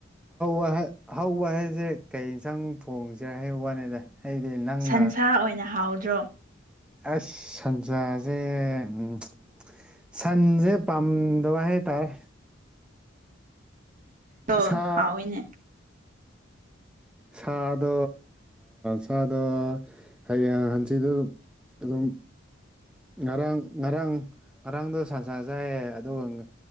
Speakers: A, in the centre; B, on the right.
A: ꯑꯍ ꯍꯍꯧꯕ ꯍꯥꯏꯁꯦ ꯀꯩ ꯌꯦꯟꯁꯥꯡ ꯊꯣꯡꯁꯤꯔꯥ ꯍꯥꯏ ꯋꯥꯅꯤꯗ ꯑꯩꯗꯤ ꯅꯪꯅ
B: ꯁꯟꯁꯥ ꯑꯣꯏꯅ ꯍꯥꯎꯗ꯭ꯔꯣ
A: ꯑꯁ ꯁꯥꯟꯖꯥꯁꯦ ꯎꯝ ꯁꯟꯖꯦ ꯄꯝꯗ ꯋꯥꯍꯦ ꯇꯥꯏ
B: ꯑꯗꯣ
A: ꯁꯥ
B: ꯍꯥꯎꯋꯤꯅꯦ
A: ꯁꯥꯗꯣ ꯁꯥꯗꯣ ꯍꯌꯦꯡ ꯍꯟꯆꯤꯗꯨ ꯑꯗꯨꯝ ꯉꯔꯥꯡ ꯉꯔꯥꯡ ꯉꯔꯥꯡꯗꯣ ꯁꯟꯁꯖꯥꯏꯌꯦ ꯑꯗꯨꯒ